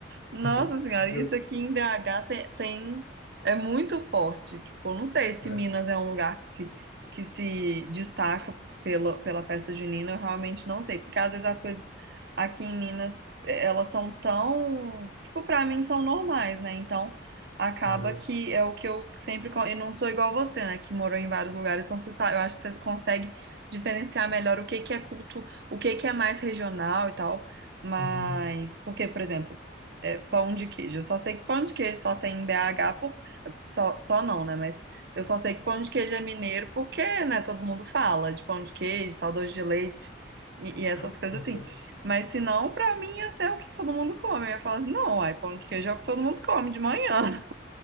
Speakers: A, on the right; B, on the left.
A: Nossa
B: <laughs>
A: Senhora,
B: E
A: isso
B: eu-
A: aqui em BH tem, tem- é muito forte. Tipo, não sei se
B: É,
A: Minas é um lugar que se, que se destaca pela, pela festa junina, eu realmente não sei, porque às vezes as coisas aqui em Minas, eh, elas são tão, tipo, pra mim são normais, né? Então, acaba
B: aham,
A: que é o que eu sempre, co- e não sou igual você, né, que morou em vários lugares, então você sabe, eu acho que você consegue diferenciar melhor o que que é culto, o que que é mais regional e tal. Mas,
B: uhum.
A: porque, por exemplo, é, pão de queijo. Eu só sei que pão de queijo só tem em BH, por... só, só não, né? Mas eu só sei que pão de queijo é mineiro porque, né, todo mundo fala de pão de queijo, tal, doce de leite e, e essas
B: <laughs>
A: coisas assim. Mas se não, pra mim, ia ser o que todo mundo come. Eu ia falar assim, não, ai, pão de queijo é o que todo mundo come de manhã.